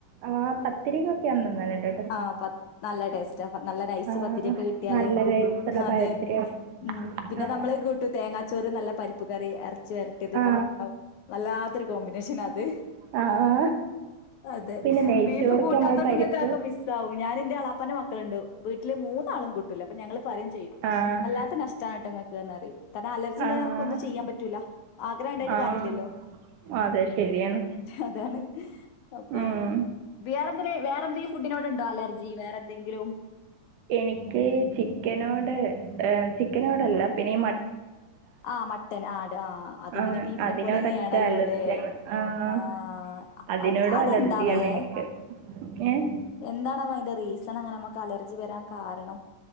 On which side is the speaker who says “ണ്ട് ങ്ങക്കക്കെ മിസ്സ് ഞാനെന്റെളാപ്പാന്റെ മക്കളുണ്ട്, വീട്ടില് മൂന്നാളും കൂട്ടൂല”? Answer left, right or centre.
Left